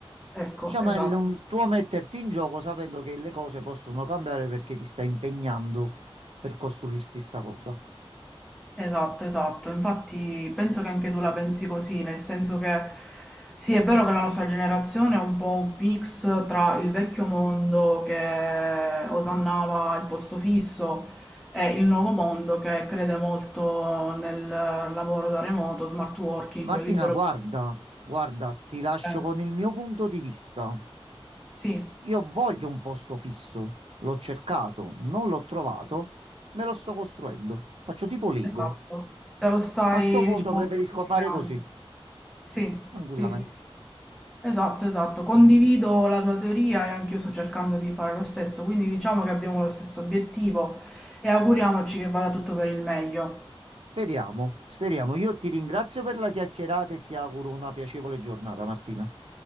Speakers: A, in the centre; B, on the right.
A: Ecco,
B: Diciamo,
A: esatto,
B: è l- un tuo metterti in gioco sapendo che le cose possono cambiare perché ti stai impegnando per costruirti sta cosa.
A: esatto, esatto. Infatti penso che anche tu la pensi così, nel senso che sì, è vero che la nostra generazione è un po' un mix tra il vecchio mondo che osannava il posto fisso e il nuovo mondo che crede molto nel lavoro da remoto, smart working,
B: Martina,
A: libero.
B: guarda, guarda, ti lascio
A: eh,
B: con il mio punto di vista.
A: sì.
B: Io voglio un posto fisso, l'ho cercato, non l'ho trovato, me lo sto costruendo. Faccio tipo Lego.
A: Esatto, te lo stai,
B: A sto punto
A: diciamo,
B: preferisco
A: creando.
B: fare così,
A: Sì,
B: tranquillamente.
A: sì, sì, sì. Esatto, esatto. Condivido la tua teoria e anch'io sto cercando di fare lo stesso, quindi diciamo che abbiamo lo stesso obiettivo e auguriamoci che vada tutto per il meglio.
B: Speriamo, speriamo. Io ti ringrazio per la chiacchierata e ti auguro una piacevole giornata, Martina.